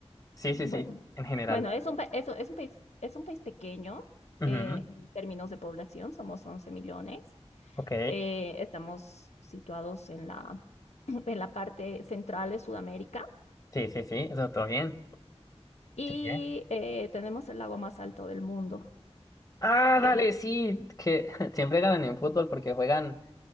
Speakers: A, on the left; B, on the left.
A: sí,
B: Bueno,
A: sí, sí, en general.
B: bueno, es un, pa- eso, es un país, es un país pequeño
A: Ujú,
B: eh, en términos de población, somos 11 millones.
A: Ok.
B: Eh, estamos situados en la, <clears throat> en la parte central de Sudamérica
A: Sí, sí, sí, eso todo bien.
B: y
A: Sigue.
B: eh, tenemos el lago más alto del mundo,
A: Ah,
B: que
A: dale, sí, que <laughs> siempre ganan en fútbol porque juegan